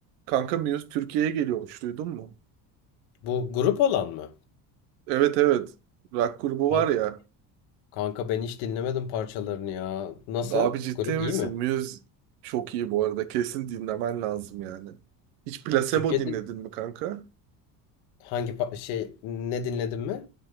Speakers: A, on the right (about 90°); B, on the left (about 80°).
A: Kanka Muse Türkiye'ye geliyormuş duydun mu?
B: Bu grup olan mı?
A: Evet evet. Rock grubu
B: Kank-
A: var ya.
B: Kanka ben hiç dinlemedim parçalarını ya. Nasıl?
A: Abi ciddi
B: Grup iyi
A: misin?
B: mi?
A: Muse çok iyi bu arada. Kesin dinlemen lazım yani. Hiç Placebo
B: Türkiye'de
A: dinledin mi kanka?
B: hangi pa- şey ne dinledin mi?